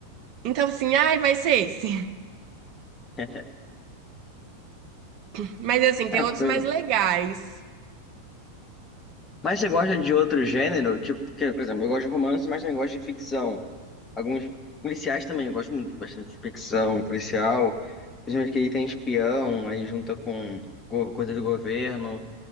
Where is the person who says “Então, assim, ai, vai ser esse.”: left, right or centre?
Right